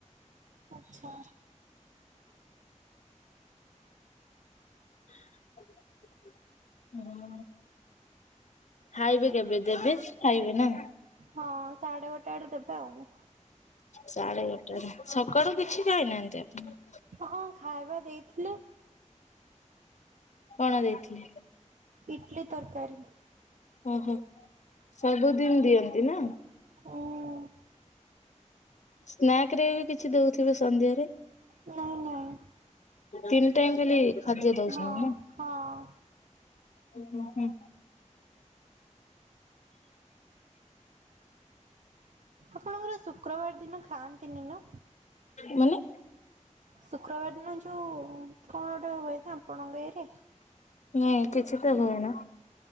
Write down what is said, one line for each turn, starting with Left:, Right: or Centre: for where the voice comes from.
Right: ଆଚ୍ଛା।
Left: ହଁ। ଖାଇବେ କେବେ? ଦେବେ ଖାଇବେ ନା।
Right: ହଁ ସାଢ଼େ ଗୋଟେ ଆଡେ ଦେବେ ଆଉ।
Left: ସାଢେ ଗୋଟେରେ, ସକାଳୁ କିଛି ଖାଇନାହାନ୍ତି ଆପଣ?
Right: ହଁ ଖାଇବା ଦେଇଥିଲେ।
Left: କଣ ଦେଇଥିଲେ?
Right: ଇଟଲି ତରକାରୀ।
Left: ଓହୋ, ସବୁଦିନ ଦିଅନ୍ତି ନା?
Right: ଉଁ
Left: ସ୍ନାକ୍ ରେ ବି କିଛି ଦଉଥିବେ ସନ୍ଧ୍ୟାରେ?
Right: ନାଇଁ, ନାଇଁ।
Left: ତିନି ଟାଇମ୍ ଖାଲି? ଖାଦ୍ୟ ଦଉଛନ୍ତି
Right: ହଁ, ହଁ।
Left: ଓ ହୋ, ହୁଁ,।
Right: ଆପଣଙ୍କର ଶୁକ୍ରବାର ଦିନ ଖାଆନ୍ତିନି ନା?
Left: ମାନେ
Right: ଶୁକ୍ରବାର ଦିନ ଯୋଉ କଣ ଗୋଟେ ହୁଏନା ଆପଣଙ୍କ ଇଏରେ?
Left: ନାଇଁ କିଛି ତ ହୁଏନା।